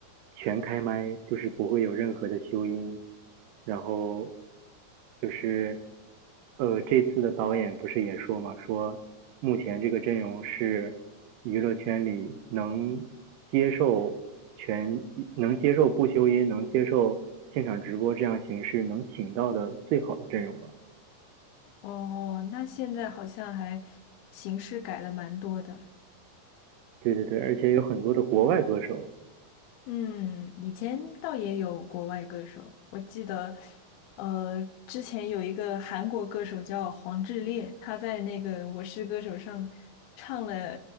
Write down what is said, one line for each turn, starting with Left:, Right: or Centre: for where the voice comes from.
Right: 全开麦，就是不会有任何的修音，然后就是呃，这次的导演不是也说嘛，说目前这个阵容是娱乐圈里能接受全能接受不修音，能接受现场直播这样形式能请到的最好的阵容了。
Left: 哦，那现在好像还形式改了蛮多的。
Right: 对对对，而且有很多的国外歌手
Left: 嗯，以前倒也有国外歌手，我记得，呃，之前有一个韩国歌手叫黄致列，他在那个《我是歌手》上唱了